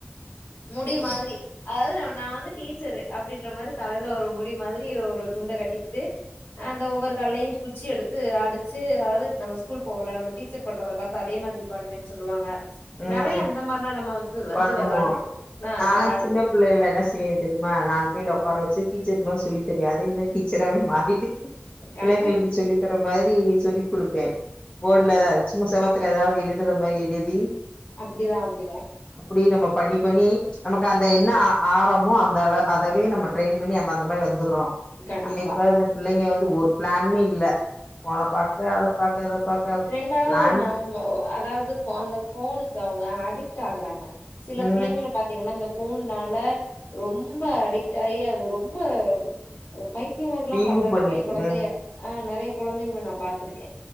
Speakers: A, on the left; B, on the left.
A: முடி மாதிரி அதாது ந ஒன் நா வந்து டீச்சரு அப்டின்ற மாரி தலைல ஒரு முடி மாதிரி ஒரு சு உண்டகடிக்ட்டு அந்த ஒவ்வொரு கல்லையு குச்சி எடுத்து அடிச்சி அதாவ்து நம்ம ஸ்கூல் போல நம்ம டி டீச்சர் பண்றத பாத்து அதே மாதிரி பண்ணுவேன் சொல்லுவாங்க
B: ம்
A: நறைய அந்த மாரிதா நம்ம வந்து வந்து
B: பண்ணுவோ
A: வெளாண்டுரு ஆ
B: நானா
A: வெளாடுவோ
B: சின்னப் புள்ளையில என்ன செய்வே தெரியுமா நாலு பிள்ளையல உக்கார வச்சி டீச்சர் மாரி சொல்லி தெரியு அதே மேரி டீச்சராவே மாறிட்டு
A: க
B: புள்ளைங்களுக்கு சொல்லி தர்ற மாதிரி சொல்லிக் குடுப்பே போட்ல
A: கண்டிப்பா
B: சும்மா செவத்துல ஏதாவ்து எழுதுற மாரி எழுதி
A: அப்டிதா அப்டிதா
B: <unintelligible> நம்மொ பண்ணி பண்ணி நமக்கு அந்த என்ன ஆ ஆரமோ அந்தாள அதவே நம்ம ட்ரெயின் பண்ணி நம்ம அந்த மாரி வந்துர்றோ
A: கண்டிப்பா
B: ஆனா இப்ப அந்த பிள்ளைங்க வந்து ஒரு ப்ளாணுமே இல்ல ஃபோன பாக்க அதப் பாக்க இத பாக்க
A: ரெண்டாவ்து
B: பிளான்
A: ம ம ஒ அதாவ்து ஃபொ அந்த ஃபோனுக்கு அவுங்க அடிக் ட் ஆகுறாங்க சில
B: ம்
A: புள்ளைங்கள பாத்தீங்கன்னா அந்த ஃபோன்னால ரொம்ப அடிக்ட் ஆயி அது ரொம்ப அ பைத்திய மாரில்லா
B: வீம்பு
A: பண்ற
B: பண்ணிட்டு
A: நறைய கொழந்தைய
B: ம்
A: ஆ நறைய கொழந்தைங்ள நா பாத்துர்க்கே